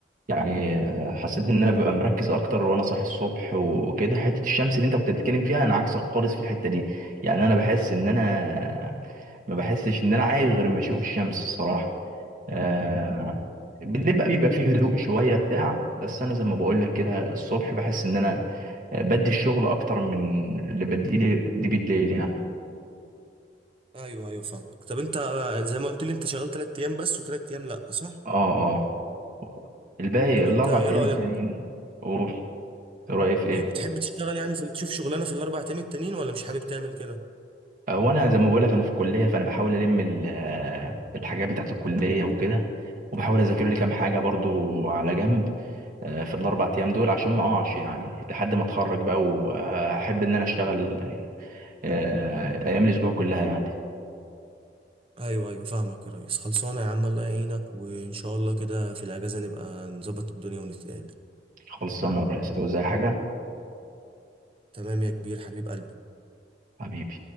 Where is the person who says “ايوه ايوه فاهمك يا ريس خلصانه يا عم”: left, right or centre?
Right